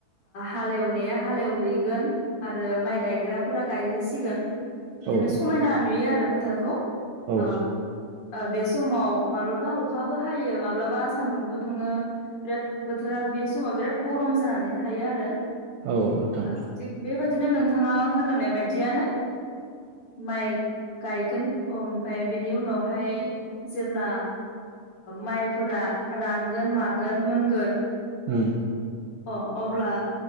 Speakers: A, on the left; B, on the right.
A: हालेवनाया हालेवहैगोन आरो माइ गायग्राफोरा गायहैसिगोन बिदिनो
B: औ नोंथां
A: समायना नुयो आरो फोथारखौ
B: औ
A: ओ ओ बे समाव माब्लाबा अखाबो हायो माब्लाबा सान्दुंबो दुङो बिराद बोथोरा बे समाव बिराद गरम जानानै थायो आरो
B: औ नोंथां
A: ओ थिग बेबायदिनो नोंथाङा होनलांनाय बायदियानो माइ गायगोन ओमफाय बेनि उनावहाय जेब्ला माइफोरा रानगोन मागोन मोनगोन
B: उम
A: अ अब्ला